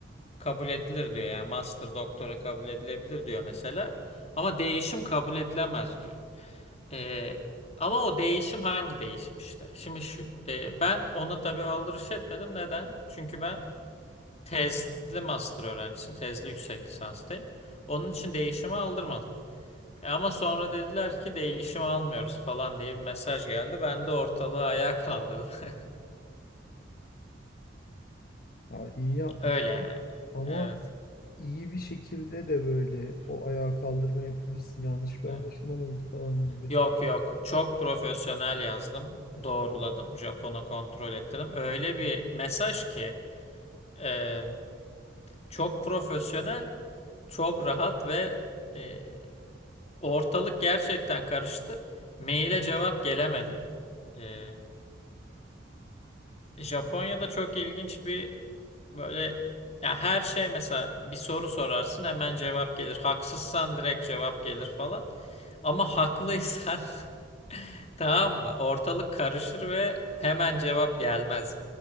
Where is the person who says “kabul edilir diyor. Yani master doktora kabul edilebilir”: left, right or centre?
Left